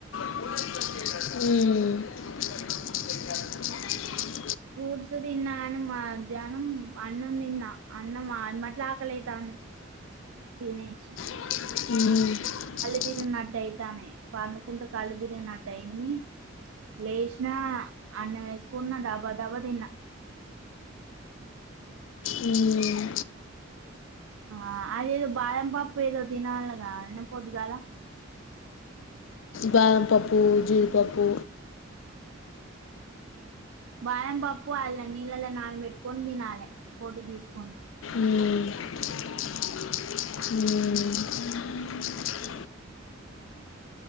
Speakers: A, on the left; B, on the right.
A: ఉమ్
B: ఫ్రూట్స్ తిన్నా కాని మధ్యాహ్నం అన్నం తిన్నా అన్నం ఏమట్లా ఆకలి అయితాంది తినేష
A: ఉమ్
B: తిరిగినట్టు అయితానై పండుకుంటే కళ్ళు తిరిగినటుఅయింది లేష్ణ అన్నం వేసుకున్న డబ్బా దబ్బా తిన్నా
A: మ్మ్.
B: ఆ అదేదో బాదం పాప్పు ఏదో తినాలగాదె పొద్దుగాల
A: బాదంపప్పు జీడిపప్పు
B: బాదంపప్పు అల్లం నీళ్లల నానబెట్టుకుని తినాలి పొట్టు తీసుకొని
A: ఉమ్ ఉమ్